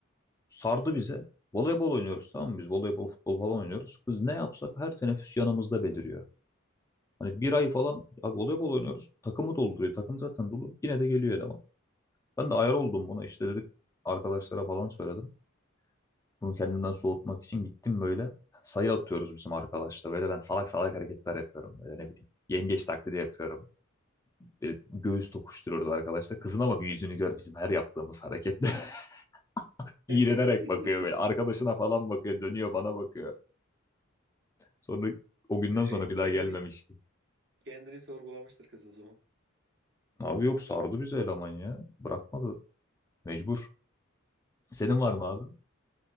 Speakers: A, on the left; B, on the right.
A: sardı bize. Voleybol oynuyoruz tamam mı biz? Voleybol, futbol falan oynuyoruz. Kız ne yapsak
B: Hı
A: her
B: hı.
A: teneffüs yanımızda beliriyor. Hani bir ay falan abi voleybol oynuyoruz. Takımı dolduruyor. Takım zaten dolu. Yine de geliyor eleman. Ben de ayar oldum buna. İşte dedik arkadaşlara falan söyledim. Bunu kendimden soğutmak için gittim böyle. Sayı atıyoruz bizim arkadaşla. Böyle ben salak salak hareketler yapıyorum. Böyle ne bileyim. Yengeç taklidi yapıyorum. Böyle göğüs tokuşturuyoruz arkadaşla. Kızın ama bir yüzünü gör bizim her yaptığımız harekette. <laughs> İğrenerek
B: <laughs>
A: bakıyor böyle. Arkadaşına falan bakıyor. Dönüyor bana bakıyor. Sonra o günden
B: E,
A: sonra bir
B: kendini
A: daha gelmemişti.
B: kendini sorgulamıştır kız o zaman.
A: Abi yok sardı bizi eleman ya. Bırakmadı. Mecbur. Senin var mı abi?